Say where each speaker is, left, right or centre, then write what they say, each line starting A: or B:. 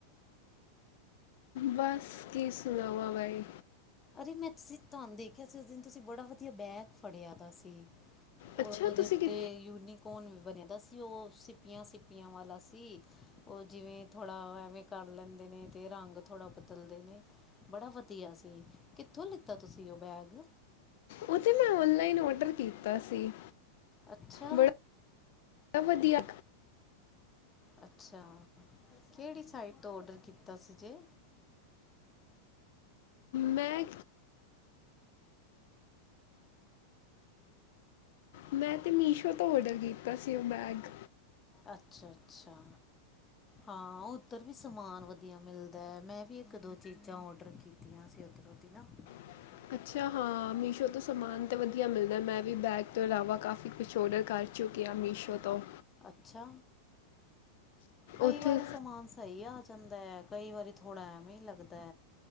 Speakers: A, on the left; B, on the left.
A: ਬਸ ਕੀ ਸੁਣਾਵਾ ਵਾਏ।
B: ਅਰੇ ਮੈਂ ਤੁਸੀਂ ਤੁਹਾਨੂੰ ਦੇਖਿਆ ਸੀ ਉਸ ਦਿਨ ਤੁਸੀਂ ਬੜਾ ਵਧੀਆ ਬੈਗ ਫੜਿਆ ਦਾ ਸੀ। ਉਹਦੇ
A: ਅੱਛਾ ਤੁਸੀਂ ਕਿ
B: ਤੇ ਯੂਨੀਕ ਕੌਣ ਬਣੇ ਦਾ ਸੀ ਉਹ ਸਿੱਪੀਆਂ ਸਿੱਪੀਆਂ ਵਾਲਾ ਸੀ ਓ ਜਿਵੇਂ ਥੋੜ੍ਹਾ ਐਵੇਂ ਕਰ ਲੈਂਦੇ ਨੇ ਤੇ ਰੰਗ ਥੋੜ੍ਹਾ ਬਦਲਦੇ ਨੇ ਬੜਾ ਵਧੀਆ ਸੀ। ਕਿੱਥੋਂ ਲਿੱਤਾ ਤੁਸੀਂ ਓ ਬੈਗ
A: ਓ ਤੇ ਮੈਂ ਔਨਲਾਈਨ ਔਡਰ ਕੀਤਾ ਸੀ।
B: ਅੱਛਾ,
A: ਬੜਾ ਵਧੀਆ
B: ਅੱਛਾ ਕਿਹੜੀ ਸਾਈਟ ਤੋਂ ਔਡਰ ਕੀਤਾ ਸੀ ਜੇ
A: ਮੈਂ, ਮੈਂ ਤੇ ਮੀਸ਼ੋ ਤੋਂ ਔਡਰ ਕੀਤਾ ਸੀ ਉਹ ਬੈਗ।
B: ਅੱਛਾ-ਅੱਛਾ ਹਾਂ ਉੱਧਰ ਵੀ ਸਮਾਨ ਵਧੀਆ ਮਿਲਦਾ ਹੈ ਮੈਂ ਵੀ ਇੱਕ ਦੋ ਚੀਜ਼ਾਂ ਆਰਡਰ ਕੀ ਤੀਆਂ ਸੀ ਉਧਰੋਂ ਦੀ ਨਾ।
A: <inaudible> ਅੱਛਾ ਹਾਂ ਮੀਸ਼ੋ ਤੋਂ ਸਮਾਨ ਤੇ ਵਧੀਆ ਮਿਲਦਾ ਮੈਂ ਵੀ ਬੈਗ ਤੋਂ ਇਲਾਵਾ ਕਾਫੀ ਕੁਛ ਔਡਰ ਕਰ ਚੁੱਕਿਆ ਮੀਸ਼ੋ ਤੋ।
B: ਅੱਛਾ ਕਈ
A: ਉੱਥੇ
B: ਵਾਰੀ ਸਮਾਨ ਸਹੀ ਆਜ ਜਾਂਦਾ ਕਈ ਵਾਰੀ ਥੋੜ੍ਹਾ ਐਵੇ ਹੀ ਲੱਗਦਾ।